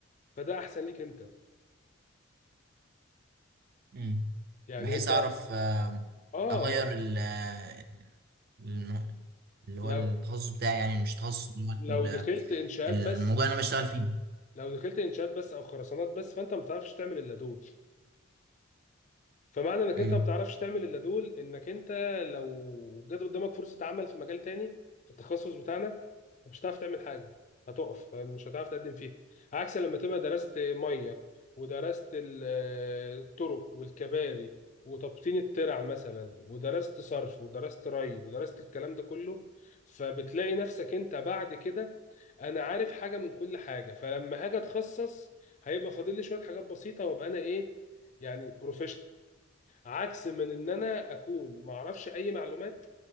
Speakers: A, on the left; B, on the right.
A: فده احسن ليك انت
B: مم.
A: يعني
B: بحيث
A: انت
B: اعرف آه،
A: اه
B: اغير ال- آه، الم- اللي هو
A: لو
B: التخصص بتاعي يعني مش تخصص اللي هو
A: لو
B: ال-
A: دخلت انشاءات
B: الموضوع
A: بس
B: اللي انا بشتغل فيه
A: لو دخلت انشاءات بس او خرسانات بس فانت ما بتعرفش تعمل الا دول فمعنى انك
B: امم
A: انت ما بتعرفش تعمل الا دول انك انت لو جت قدامك فرصه عمل في مجال تاني في التخصص بتاعنا مش هتعرف تعمل حاجه هتقف مش هتعرف تقدم فيها عكس لما تبقى درست ميه ودرست ال- آه، الطرق والكباري وتبطين الترع مثلا ودرست صرف ودرست ري ودرست الكلام ده كله فبتلاقي نفسك انت بعد كده انا عارف حاجه من كل حاجه فلما هاجي اتخصص هيبقى فاضل لي شويه حاجات بسيطه وابقى انا ايه يعني بروفيشنال عكس من ان انا اكون ما اعرفش اي معلومات